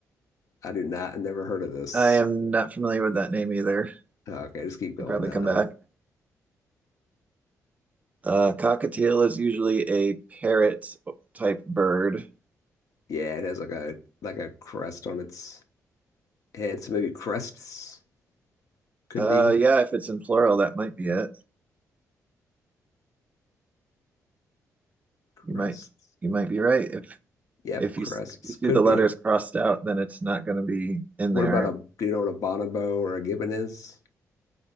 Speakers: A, on the left; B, on the right.
A: I do not, I never heard of this.
B: I am not familiar with that name either.
A: Oh, okay, just keep
B: Could
A: going
B: probably
A: then.
B: come
A: I don't.
B: back. Uh, cockatiel is usually a parrot type bird.
A: Yeah, it has like a like a crest on its head, so maybe crests could
B: Uh,
A: be
B: yeah, if it's in plural, that might be it.
A: crests.
B: You might you might be right. If
A: Yep,
B: if you
A: crests
B: s- if you see
A: could
B: the letters
A: be.
B: crossed out, then it's not going to be in
A: What
B: there.
A: about a do you know what a bonobo or a gibbon is?